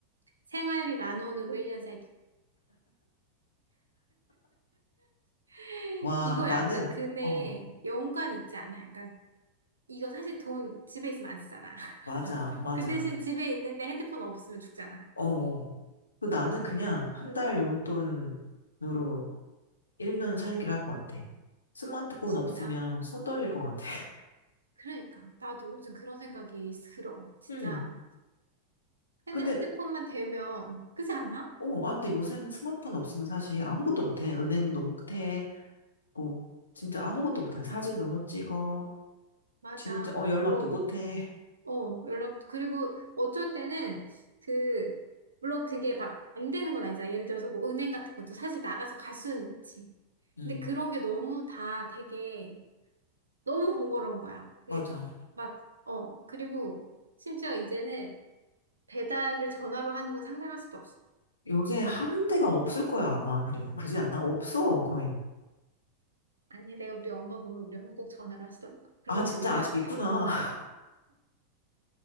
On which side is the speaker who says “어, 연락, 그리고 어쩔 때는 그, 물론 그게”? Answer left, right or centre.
Right